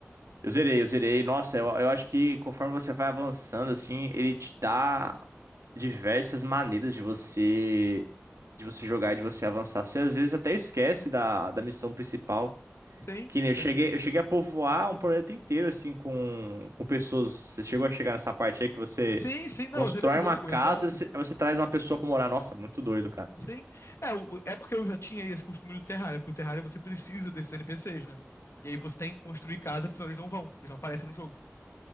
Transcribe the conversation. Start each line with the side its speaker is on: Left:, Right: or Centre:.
Right: Eu zerei, eu zerei. Nossa, eu, eu acho que conforme você vai avançando, assim, ele te dá diversas maneiras de você de você jogar e de você avançar. Você às vezes até esquece da, da missão principal.
Left: Sim,
Right: Que nem
Left: sim.
Right: eu cheguei, eu cheguei a povoar um planeta inteiro, assim, com, com pessoas. Você chegou a chegar nessa parte aí que você
Left: Sim, sim, não,
Right: constrói
Left: eu zerei o jogo,
Right: uma casa,
Left: exato.
Right: você, você traz uma pessoa pra morar. Nossa, muito doido, cara.
Left: Sim. É, o- é porque eu já tinha esse costume do Terraria, porque o Terraria você precisa desses NPCs, né? E aí você tem que construir casa, porque senão eles não vão, eles não aparecem no jogo.